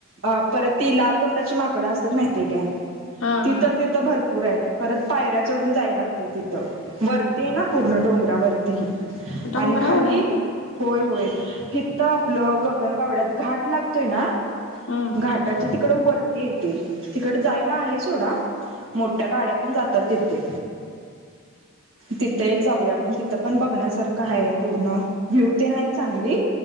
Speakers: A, on the right; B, on the left.
A: अ परत ती लाल तोंडाची माकडं असतात माहितीय काय...
B: हा
A: ती
B: हा
A: तर तिथं भरपूर आहेत परत पायऱ्या चडून जाय लागतय तिथं वर... ते ना पूर्ण डोंगरावरतीही
B: डोंगरावर
A: आणि खाली...
B: आहे
A: होय होय हिथ तर आपलं गगनबावड्यात घाट लागतोय ना...
B: हम्म
A: घाटाची तिकड वरती येते तिकड जाय.. आहे सोडा मोठ्या गाड्या पण जातात तथे.. तिथं एक जाऊया आपण तिथं पण बघण्यासारखं आहे पूर्ण व्ह्यू ते नाहीत चांगली...